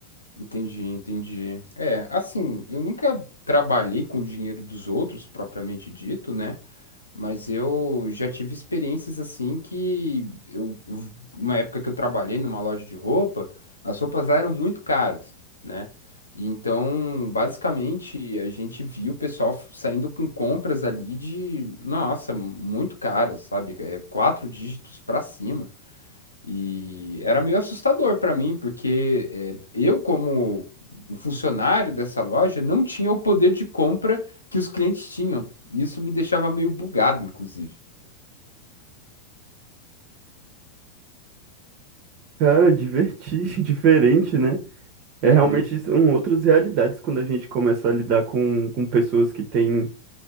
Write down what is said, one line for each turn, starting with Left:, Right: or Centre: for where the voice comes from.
Left: Entendi, entendi. É, assim, eu nunca trabalhei com o dinheiro dos outros, propriamente dito, né? Mas eu já tive experiências assim que eu, uma época que eu trabalhei numa loja de roupa, as roupas lá eram muito caras, né? E Então, basicamente, a gente viu o pessoal f- saindo com compras ali de, nossa, muito caras, sabe? É, quatro dígitos pra cima. E era meio assustador para mim, porque eh, eu, como um funcionário dessa loja, não tinha o poder de compra que os clientes tinham. Isso me deixava meio bugado, inclusive.
Right: Cara, divertir, <laughs> diferente, né? É
Left: Uhum,
Right: realmente são outras realidades quando a gente começa a lidar com, com pessoas que têm